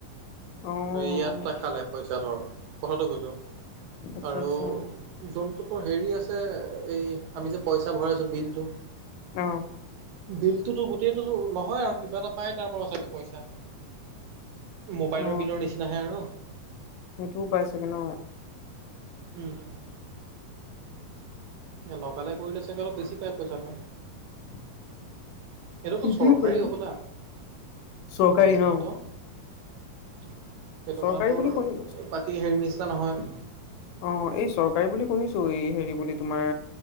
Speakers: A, on the left; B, on the right.
A: অ
B: ইয়াত খালে পইচা ধৰ। কথাটো কৈছোঁ,
A: আচ্ছা
B: আৰু
A: আচ্ছা
B: যোনটো টোৰ হেৰি আছে এই আমি যে পইচা ভৰাইছোঁ বিলটো
A: অ
B: বিলটোতো গোটেইটো নহয় কিবা এটা পাই তাৰ পৰা চাগে পইচা। মোবাইলৰ
A: অ
B: বিলৰ নিচিনাহে আৰু।
A: সেইটোও পাই চাগে ন
B: উম, উম। লগালে কৰিলে চাগে অলপ বেছি পায় পইচাটো।
A: <inaudible>
B: এইটোতো
A: ঠিকেই
B: চৰকাৰী
A: বাৰু
B: হ'বলা,
A: চৰকাৰী
B: বি এ চেনেল
A: ন
B: তো। সেইটো
A: চৰকাৰী
B: মানে তোৰ
A: বুলি শুনি
B: বাকী হেৰি নিচিনা নহয়।
A: অ', এই চৰকাৰী বুলি শুনিছোঁ। এই হেৰি বুলি তোমাৰ